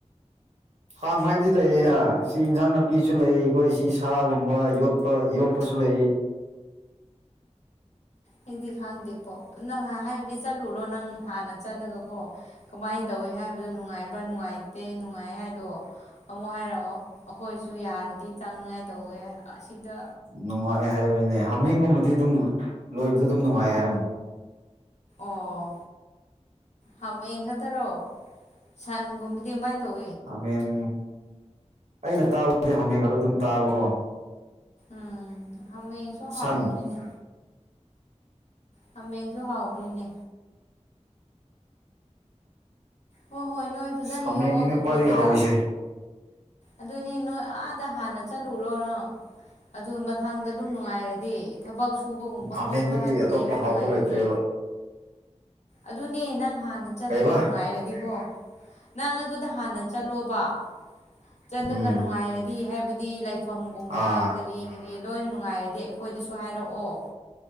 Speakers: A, on the right (about 70°); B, on the left (about 70°).
A: ꯐꯥꯔꯝ ꯍꯥꯏꯕꯗꯤ ꯂꯩꯌꯦꯅ ꯁꯤ ꯌꯦꯟꯁꯥꯡꯅ ꯅꯨꯄꯤꯁꯨ ꯂꯩ ꯑꯩꯈꯣꯏ ꯁꯤ ꯁꯥꯒꯨꯝꯕ ꯌꯣꯠꯄ ꯌꯣꯛꯄꯁꯨ ꯂꯩ
B: ꯑꯩꯗꯤ ꯈꯪꯗꯦ ꯀꯣ ꯅꯪ ꯍꯥꯏꯕꯗꯤ ꯆꯠꯂꯨꯔꯣ ꯅꯪ ꯍꯥꯟꯅ ꯆꯠꯂꯒ ꯀꯣ ꯀꯃꯥꯏꯅ ꯇꯧ ꯍꯣꯏ ꯍꯥꯏꯕꯗꯨꯣ ꯅꯨꯡꯉꯥꯏꯕ꯭ꯔꯥ ꯅꯨꯡꯉꯥꯏꯇꯦ ꯅꯨꯡꯉꯥꯏ ꯍꯥꯏꯗꯣ ꯑꯃꯨꯛ ꯍꯥꯏꯔꯛꯑꯣ ꯑꯩꯈꯣꯏꯁꯨ ꯌꯥꯔꯗꯤ ꯆꯥꯠꯅꯤꯉꯥꯏ ꯇꯧꯒꯦ ꯑꯁꯤꯗ
A: ꯅꯨꯡꯉꯥꯏ ꯍꯥꯏꯕꯅꯤꯅꯦ ꯍꯥꯃꯦꯡꯒꯨꯝꯕꯗꯤ ꯑꯗꯨꯝ ꯂꯣꯏꯕꯗ ꯑꯗꯨꯝ ꯅꯨꯡꯉꯥꯏ ꯍꯥꯏꯔꯝꯃꯤ
B: ꯑꯣ ꯍꯥꯃꯦꯡ ꯈꯛꯇꯔꯣ ꯁꯟꯒꯨꯝꯕꯗꯤ ꯑꯗꯨꯃꯥꯏꯅ ꯇꯧ
A: ꯍꯥꯃꯦꯡ ꯑꯩꯅ ꯇꯥꯕꯕꯨꯗꯤ ꯍꯥꯃꯦꯡꯗ ꯈꯛꯇ ꯑꯗꯨꯝ ꯇꯥꯕꯀꯣ
B: ꯎꯝ ꯍꯥꯃꯦꯡꯁꯨ ꯍꯥꯎꯕꯅꯦ
A: ꯁꯟ
B: ꯍꯥꯃꯦꯡꯁꯨ ꯍꯥꯎꯕꯅꯤꯅꯦ ꯍꯣꯏ ꯍꯣꯏ ꯅꯣꯏ ꯐꯖꯅ
A: ꯍꯥꯃꯦꯡꯅꯤꯅ
B: ꯌꯣꯛꯑꯒꯀꯣ
A: ꯈ꯭ꯋꯥꯏꯗꯒꯤ
B: ꯑꯗꯨꯗ
A: ꯍꯥꯎꯔꯤꯁꯦ
B: ꯑꯗꯨꯅꯦ ꯅꯣꯏ ꯑꯥꯗ ꯍꯥꯟꯅ ꯆꯠꯂꯨꯔꯣ ꯅꯪ ꯑꯗꯨ ꯃꯊꯪꯗ ꯑꯗꯨꯝ ꯅꯨꯡꯉꯥꯏꯔꯗꯤ ꯊꯕꯛ ꯁꯨꯕꯒꯨꯝꯕ
A: ꯍꯥꯃꯦꯡꯗꯒꯤ
B: ꯈꯣꯠꯄ ꯍꯥꯏꯕꯗꯤ
A: ꯑꯇꯣꯞꯄ
B: ꯂꯩꯕ
A: ꯍꯥꯎꯕ
B: ꯅꯨꯡꯉꯥꯏꯔꯗꯤ
A: ꯂꯩꯇ꯭ꯔꯦꯕ
B: ꯑꯗꯨ ꯅꯦ ꯅꯪ ꯍꯥꯟꯅ ꯆꯠꯂꯒ
A: ꯀꯩꯕ
B: ꯅꯨꯡꯉꯥꯏꯔꯗꯤꯕꯣ ꯅꯪ ꯑꯗꯨꯗ ꯍꯥꯟꯅ ꯆꯠꯂꯣꯕ ꯆꯠꯂꯒ
A: ꯎꯝ
B: ꯅꯨꯡꯉꯥꯏꯔꯗꯤ ꯍꯥꯏꯕꯗꯤ ꯂꯥꯏꯐꯝꯒꯨꯝꯕ
A: ꯑꯥ
B: ꯀꯔꯤ ꯀꯔꯤ ꯂꯣꯏꯅ ꯅꯨꯡꯉꯥꯏꯔꯗꯤ ꯑꯩꯈꯣꯏꯗꯁꯨ ꯍꯥꯏꯔꯛꯑꯣ